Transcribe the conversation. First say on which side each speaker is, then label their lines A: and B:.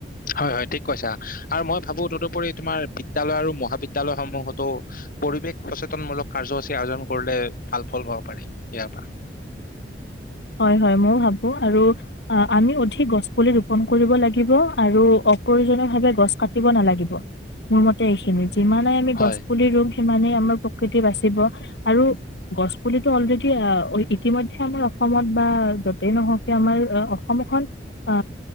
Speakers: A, on the left; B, on the left.
A: হয়, হয়, ঠিক কৈছা, আৰু মই ভাবো তদুপৰি তোমাৰ বিদ্য়ালয় আৰু মহাবিদ্যালয়সমূহতো পৰিৱেশ সচেতনমূলক কাৰ্যসূচী আয়োজন কৰিলে ভাল ফল পাব পাৰি, ইয়াৰ পৰা
B: হয় হয় ময়ও ভাবোঁ, আৰু আমি অধিক গছ পুলি ৰোপন কৰিব লাগিব আৰু অপ্ৰয়োজনীয় ভাৱে গছ কাটিব নালাগিব, মোৰ মতে এইখিনি যিমানে আমি
A: হয়
B: গছ পুলি ৰুম, সিমানে আমাৰ প্ৰকৃতি বাচিব, আৰু গছ পুলিটো অ'লৰেডি, ইতিমধ্যে আমি অসমত বা য'তেই নহওকে, আমাৰ অসমখন অ